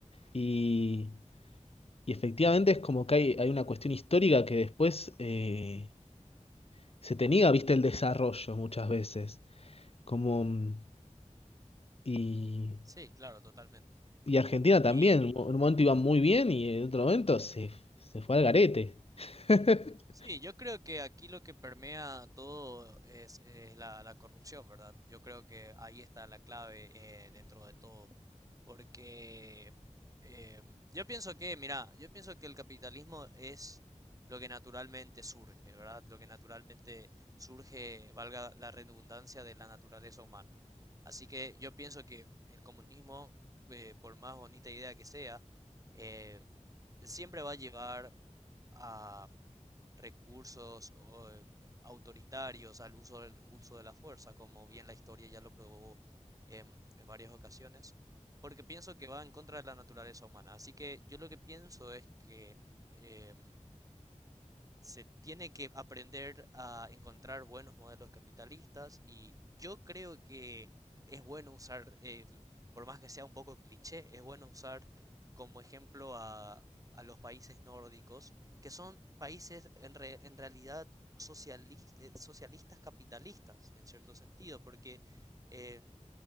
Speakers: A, on the left; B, on the right.
A: Y, y efectivamente es como que hay, hay una cuestión histórica que después eh, se te niega, viste, el desarrollo muchas veces. Como, mm, y,
B: Sí, claro, totalmente.
A: y Argentina también,
B: Y
A: en un momento iba muy bien y en otro momento se, se fue al garete. <laughs>
B: Sí, yo creo que aquí lo que permea todo es, es la, la corrupción, ¿verdad? Yo creo que ahí está la clave eh, dentro de todo. Porque em, yo pienso que, mira, yo pienso que el capitalismo es lo que naturalmente surge, ¿verdad? Lo que naturalmente surge, valga la redundancia, de la naturaleza humana. Así que yo pienso que el comunismo, eh, por más bonita idea que sea, eh, siempre va a llevar a recursos o, eh, autoritarios al uso del uso de la fuerza, como bien la historia ya lo probó em, en varias ocasiones, porque pienso que va en contra de la naturaleza humana. Así que yo lo que pienso es que em, se tiene que aprender a encontrar buenos modelos capitalistas y yo creo que es bueno usar, el, por más que sea un poco cliché, es bueno usar como ejemplo a, a los países nórdicos, que son países en, re, en realidad sociali eh, socialistas capitalistas, en cierto sentido, porque eh,